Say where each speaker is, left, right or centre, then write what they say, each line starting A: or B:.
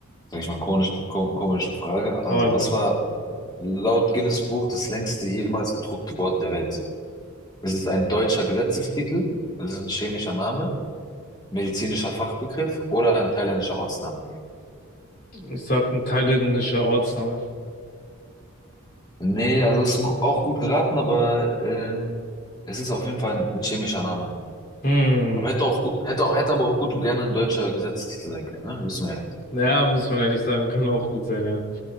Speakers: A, on the left; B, on the left.
A: sag ich mal, komisch, ko- komische Frage. Also,
B: Hau einfach
A: was
B: was.
A: war laut Guinness Buch das längste jemals gedruckte Wort der Welt? Es Ist ein deutscher Gesetzestitel? Also, es Ist ein chemischer Name? Medizinischer Fachbegriff oder ein thailändischer Ortsname?
B: Ich sag ein thailändischer Ortsname.
A: Nee, also ist gu- auch gut geraten, aber ähm, es ist auf jeden Fall ein, ein chemischer Name.
B: Hm.
A: Aber hätte auch, gu- hätte, auch- hätte aber auch gut und gerne ein deutscher Gesetzestitel sein können, ne? Wissen wir ja.
B: Naja, muss man ehrlich sagen, kann auch gut sein, ja.